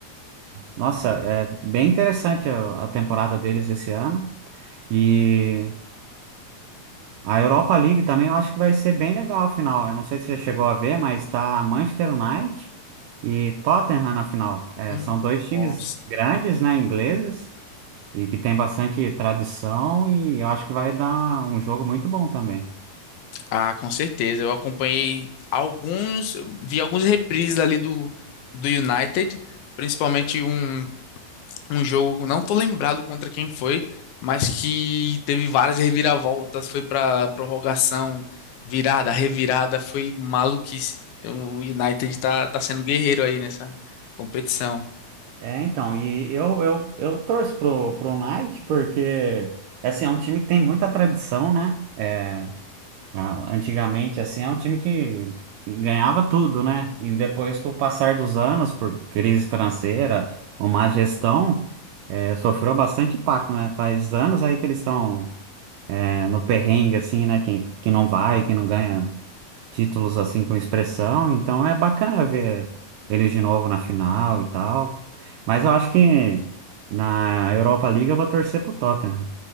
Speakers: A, on the right; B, on the left.
A: Nossa, é bem interessante a, a temporada deles esse ano. E a Europa League também eu acho que vai ser bem legal a final. Eu não sei se você chegou a ver, mas tá Manchester United e Tottenham na final. É,
B: Hum,
A: são dois times
B: Nossa.
A: grandes, né, ingleses. E que tem bastante tradição e eu acho que vai dar um jogo muito bom também.
B: Ah, com certeza. Eu acompanhei alguns, vi alguns reprises ali do, do United, principalmente um, um jogo, não tô lembrado contra quem foi, mas que teve várias reviravoltas, foi para prorrogação, virada, revirada, foi maluquice. O United tá, tá sendo guerreiro aí nessa competição.
A: É, então, e eu, eu, eu torço pro, pro Knight porque, assim, é um time que tem muita tradição, né? É, ah, antigamente, assim, é um time que ganhava tudo, né? E depois, com o passar dos anos, por crise financeira, uma má gestão, é, sofreu bastante impacto, né? Faz anos aí que eles estão, é, no perrengue, assim, né? Que, que não vai, que não ganha títulos assim com expressão, então é bacana ver eles de novo na final e tal. Mas eu acho que na Europa League eu vou torcer pro Tottenham,